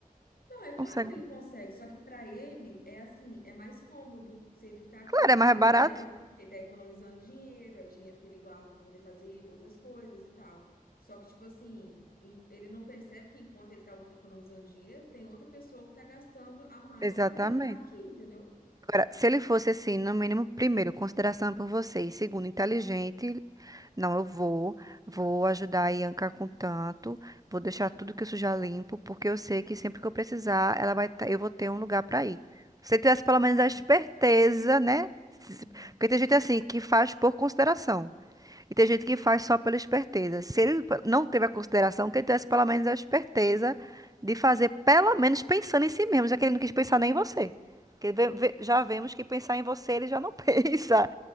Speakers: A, on the left; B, on the right.
A: não, é claro
B: Consegue.
A: que ele
B: um-
A: consegue, só que para ele é assim, é mais cômodo se ele ficar aqui,
B: Claro, é
A: porque
B: mais
A: ele
B: barato.
A: tá, eco- ele tá economizando dinheiro, é dinheiro que ele guarda para poder fazer outras coisas e tal. Só que, tipo assim, em- ele não percebe que enquanto ele tá economizando dinheiro, tem outra pessoa que tá gastando a mais
B: Exatamente.
A: por ele estar aqui, entendeu?
B: Agora, se ele fosse assim, no mínimo, primeiro, consideração por você, e segundo, inteligente, não, eu vou, vou ajudar a Ianca com tanto, vou deixar tudo que eu sujar limpo, porque eu sei que sempre que eu precisar, ela vai, tá- eu vou ter um lugar para ir. Se ele tivesse pelo menos a esperteza, né? Se-
A: Uhum,
B: Porque tem gente assim que faz por consideração. E tem gente que faz só pela esperteza. Se ele p- não teve a consideração, que ele tivesse pelo menos a esperteza de fazer, pelo menos pensando em si mesmo, já que ele não quis pensar nem em você. Porque ve- ve- já vemos que pensar em você ele já não <laughs> pensa.